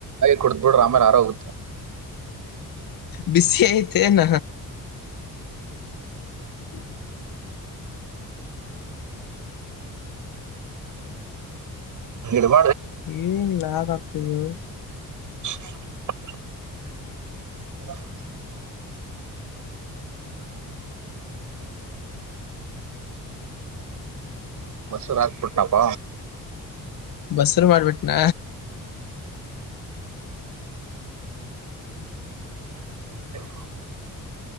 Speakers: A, on the right; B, on the left.
A: ಕುಡುದ್ಬಿಡ್ರ್ ಆಮೇಲೆ ಆರೋಗುತ್ತೆ.
B: ಬಿಸಿ ಐತೆನ? ಹ್ಮ್
A: ನಿಡುಬ
B: ಏನ್ ಲ ಆಗ್ತಿದೆ?
A: <unintelligible> ಹ ಮೊಸ್ರು ಆಕ್ಬುಟ್ನಪ್ಪ.
B: ಬಸ್ರು ಮಾಡ್ಬಿಟ್ನಾ.
A: ಅ